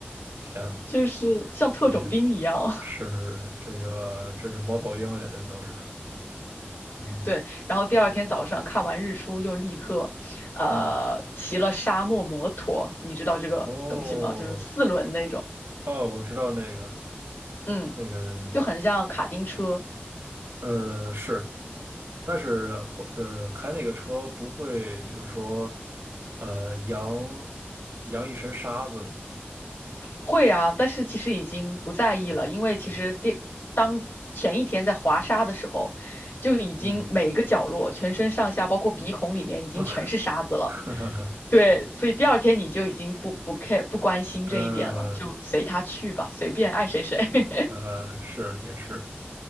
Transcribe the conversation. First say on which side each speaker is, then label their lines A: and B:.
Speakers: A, on the right; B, on the left.
A: 天呐，
B: 就是像特种兵一样。
A: 这这
B: <laughs>
A: 是这个，这是猫头鹰呀，这都是，嗯
B: 对，然后第二天早上看完日出又立刻，呃，
A: 嗯，
B: 骑了沙漠摩托，你知道这个东西吗？
A: 哦
B: 就是四轮那种，
A: 哦，我知道那个
B: 嗯，
A: 那个。
B: 就很像卡丁车。
A: 呃，是，但是或呃，开那个车不会就是说，呃，扬扬一身沙子嘛，
B: 会啊，但是其实已经不在意了，
A: 嗯，
B: 因为其实第当前一天在滑沙的时候，
A: 不对，
B: 就已经每一个角落、
A: 嗯，
B: 全身上下，包括鼻孔里面，已经全是沙子了。
A: <laughs> 哈哈哈
B: 对，所以第二天你就已经不不 care 不关心这一点了，
A: 呃，
B: 就随他去吧，随便爱谁谁。
A: 是，
B: <laughs>
A: 呃，是也是，